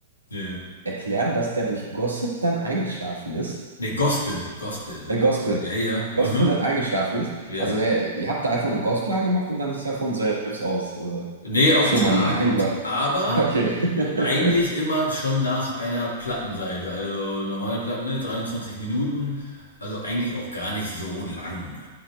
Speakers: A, on the left; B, on the right.
A: ne.
B: erklären, dass der durch Gossip dann eingeschlafen ist?
A: Nee, Gospel, Gospel.
B: Äh, Gospel.
A: Ja, ja.
B: Gospel
A: Mhm.
B: dann eingeschlafen ist.
A: Ja.
B: Also der, ihr habt da einfach eine Gospel angemacht und dann ist er von selbst aus äh,
A: Nee, auch
B: schlummern
A: tragend,
B: gegangen, oder?
A: aber
B: Okay.
A: eigentlich immer schon nach einer Plattenseite. Also normale Platten, ne, 23 Minuten, also eigentlich auch gar nicht so lang.